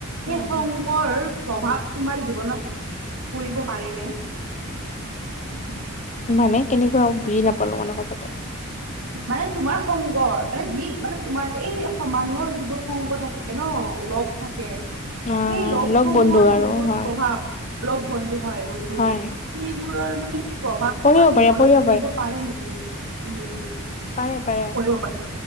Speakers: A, on the right (about 75°); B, on the left (about 30°).
A: সেই
B: উম
A: সংগৰ
B: হম।
A: প্ৰভাৱ তোমাৰ জীৱনত, পৰিব পাৰেনে? <inaudible>
B: মানে কেনেকুৱা আৰু বুজি নাপালোঁ মানে কথাটো।
A: মানে তোমাৰ সংগ, মানে যি মানে তোমাৰ এই মানুহৰ যিবোৰ সংগ থাকে থাকে ন, লগ থাকে।
B: অ
A: সেই লগকসমূহৰ
B: লগ বন্ধু আৰু
A: যিবোৰ
B: হয়
A: প্ৰভাৱ ৰ বন্ধু হয় বন্ধু
B: হয়
A: সেইবোৰৰ মানে প্ৰভাৱ
B: পঢ়িব
A: তোমাৰ
B: পাৰে
A: জীৱনত
B: পঢ়িব
A: পৰিব পাৰে নেকি উম
B: পাৰে পাৰে
A: পৰিব ভালো